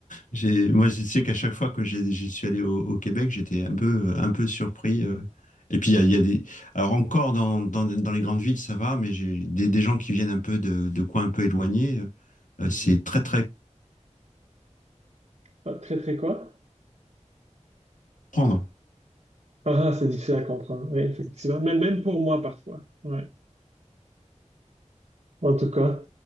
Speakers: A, on the left (about 85°); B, on the right (about 65°).
A: J'ai, moi, je sais qu'à chaque fois que j'ai- j'y suis allé au, au Québec, j'étais un peu, un peu surpris. euh. Et puis, il y a, il y a des. Alors, encore dans, dans, dans les grandes villes, ça va, mais j'ai des, des gens qui viennent un peu de, de coins un peu éloignés.
B: Mhm.
A: euh, c'est très, très
B: Pas très, très quoi?
A: prendre.
B: Ah, ah, c'est difficile à comprendre. Oui, effectivement. Même, même pour moi, parfois. Ouais. En tout cas.